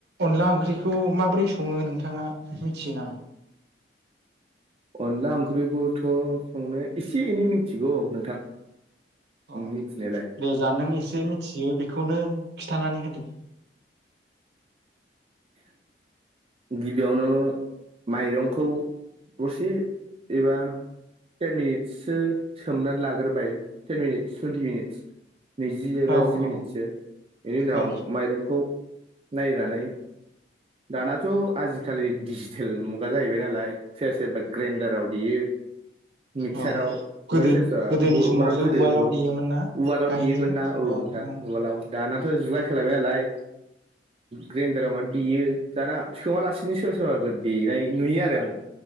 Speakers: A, on the right; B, on the right.
A: अनला ओंख्रिखौ माबोरै सङो नोंथाङा मिथियो नामा?
B: अनला ओंख्रिखौथ' संनो एसे एनै मिथिगौ नोंथां।
A: अ
B: मिथिनायालाय
A: दे जा नों एसे मिथियो बे खौनो खिन्थानानै होदो।
B: गिबियावनो माइरंखौ दसे एबा टेन मिनिटससो सोमनानै लाग्रोबाय टेन मिनिटस टुइन्टि मिनिटस नैजि एबा
A: औ
B: जि मिनिटसो
A: औ
B: बेनि उनाव
A: औ
B: माइरंखौ नायनानै। दानाथ' आजिखालि डिजिटेल मुगा जाहैबाय नालाय सोर सोरबा ग्रेइनडाराव देयो मिक्साराव
A: औ गोदो
B: ओमफ्राय सोर सोरबा
A: गोदोनि
B: बर'फोरा
A: समावसो
B: गोदोथ'
A: उवालाव देयोमोन ना
B: उवालाव
A: गाहेनजों
B: देयोमोन ना औ नोंथां
A: औ
B: उवालाव। दानाथ' जुगा सोलायबाय नालाय ग्रेन्दारावबानो देयो। दाना सोमालासिनो सोरबा सोरबा देनाय नुयो आरो आं।